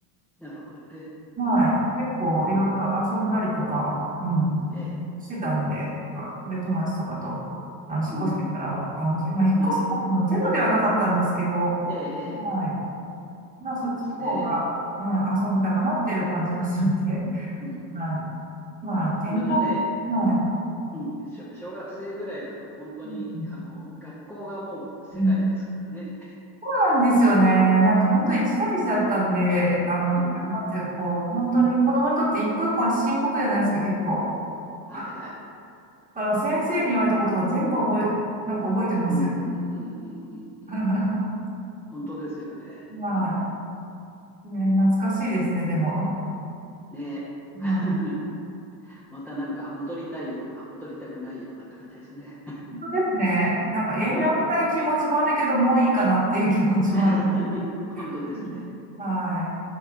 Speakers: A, in the centre; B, on the right.
A: なるほどね。
B: はい。結構いろいろ遊んだりとか、
A: うん、
B: うん、
A: ええ、
B: してたんで、やっぱ、で、友達とかと、あの、引っ越してからは、
A: うん、うん。
B: あの、まあ、引っ越すのもゼロではなかったんですけど、
A: なるほど、なるほど。ええ、ええ、
B: はい。まあ、
A: そうですね。
B: そっちの方が、うん、遊んでたかなっていう感じがするんで、
A: うん、
B: はい。まあ、
A: なかなかね、
B: 健康、は
A: うん、しょ小学生ぐらいだと本当に、
B: い。うん
A: あの、学校がもう世界ですからね。
B: うんそうなんですよね。なんか本当一大事だったんで、あの、
A: うん、
B: あれなんていうのこう、本当に子供にとって一個一個は深刻じゃないですか、結構。
A: はいはい。
B: だから先生に言われたことが全部覚え、なんか覚えてますよね。
A: うん、うん、うん、うん、うん。うん
B: <laughs>
A: 本当ですよね。
B: は
A: うん、
B: い。ね、懐かしいですね、でも。
A: ねえ。
B: うん、
A: <laughs>
B: 本
A: またなんか戻りたいような、戻りたくないようなって感じですね。
B: 当ですね。なんかやり直したい気持ちもあるけど、
A: <laughs> うん
B: もういいかなっていう気持ちもある。
A: <laughs> 本当ですね。
B: <laughs> はい。